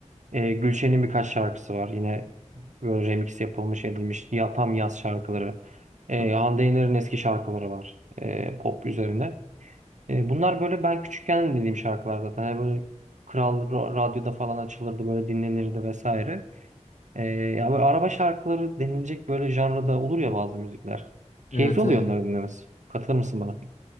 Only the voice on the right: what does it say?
e, Gülşen'in birkaç şarkısı var yine böyle remix yapılmış edilmiş ya, tam yaz şarkıları Ee,
Hande Yener'in eski şarkıları var e, pop üzerine E, bunlar böyle ben küçükken dinlediğim şarkılar zaten Hani böyle Kral Ra- Radyo'da falan açılırdı böyle dinlenirdi vesaire E, ya böyle araba şarkıları denilecek böyle janrada olur ya bazı müzikler keyifli
oluyor
onları dinlemesi katılır mısın bana?